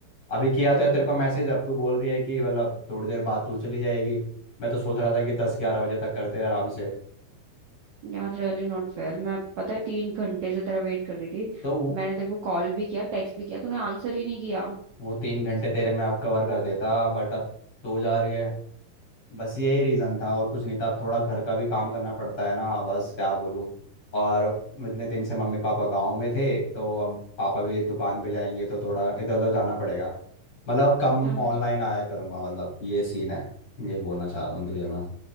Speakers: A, on the left; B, on the right.
A: अभी किया तो है तेरे को मैसेज अब तू बोल रही है कि मतलब थोड़ी देर बाद तू चली जाएगी मैं तो सोच रहा था कि दस ग्यारह बजे तक करते हैं आराम से
B: यार रियली नॉट फेयर मैं पता है तीन घंटे से तेरा वेट कर रही थी
A: तो वो
B: मैंने तेरे को कॉल भी किया टेक्स्ट भी किया तूने आंसर ही नहीं किया
A: वो तीन घंटे तेरे में अब कवर कर देता बट अब तू जा रही है बस यही रीज़न था और कुछ नहीं था अब थोड़ा घर का भी काम करना पड़ता है ना बस क्या बोलूँ और इतने दिन से मम्मी पापा गाँव में थे तो अब पापा भी दुकान
B: हम्म।
A: पे जाएंगे तो थोड़ा इधर उधर जाना पड़ेगा मतलब अब कम
B: समझ
A: ऑनलाइन आया करूंगा मतलब ये सीन है ये बोलना चाह रहा हूँ तुझे मैं